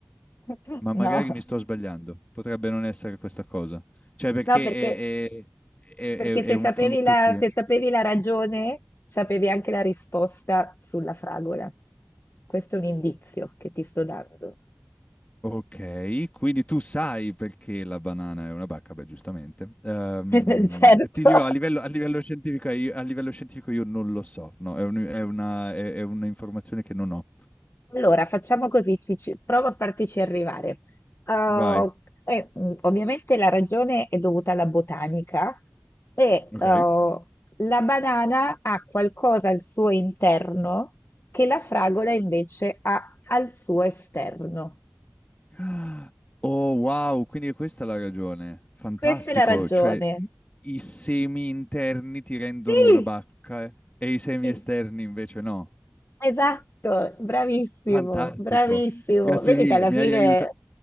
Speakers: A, on the left; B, on the left.
A: <laughs>
B: ma
A: No,
B: magari mi sto sbagliando. Potrebbe non essere questa cosa. Cioè, perché
A: no, perché,
B: è, è- è-
A: Perché
B: è- è
A: se
B: un
A: sapevi
B: frutto
A: la,
B: che
A: se sapevi la ragione, sapevi anche la risposta sulla fragola. Questo è un indizio che ti sto dando.
B: Okay, quindi tu sai perché la banana è una bacca, beh giustamente. Ehm,
A: <laughs> Certo.
B: ti dirò a livello a livello scientifico i a livello scientifico io non lo so, no, è un è una è è un'informazione che non ho.
A: Allora, facciamo così, ci- ci- provo a fartici arrivare. Uh,
B: Vai,
A: eh, mm, ovviamente la ragione è dovuta alla botanica e
B: okay.
A: uh, la banana ha qualcosa al suo interno che la fragola invece ha al suo esterno.
B: <gasps> Ah, Oh wow, quindi è questa la ragione. Fantastico,
A: Questa è la ragione.
B: cioè i semi interni ti rendono
A: Sì,
B: una bacca eh, e i semi
A: sì,
B: esterni invece no.
A: esatto, bravissimo,
B: Fantastico,
A: bravissimo.
B: grazie
A: Vedi
B: mille,
A: che alla
B: mi
A: fine
B: hai aiuta